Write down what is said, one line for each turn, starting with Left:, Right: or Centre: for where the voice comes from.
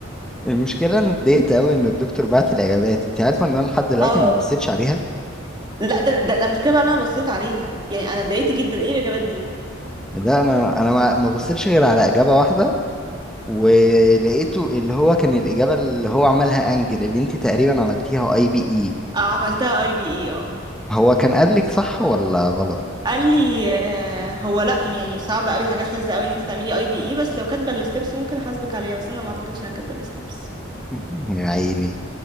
Centre: المشكله ان اتضايقت قوي ان الدكتور بعت الاجابات انت عارفه ان انا لحد دلوقتي
Right: اه
Centre: ما بصيتش عليها
Right: لا ده ده, ده مشكله بقى اللي انا بصيت عليها يعني انا اتضايقت جدا ايه الاجابات دي
Centre: لا انا انا ما ما بصيتش غير على اجابه واحده ولقيته اللي هو كان الاجابه اللي هو عملها انجل اللي انت تقريبا عملتيها اي بي اي
Right: آه، عملتها اي بي اي اه
Centre: هو كان قال لك صح ولا غلط
Right: قال لي آه، هو لا يعني صعب قوي حاجه شاذه قوي ان انت تعملي اي بي اي بس لو كاتبه الستبس ممكن احاسبك عليها بس انا ما اعتقدش ان انا كاتبه الستبس
Centre: <laughs> يا عيني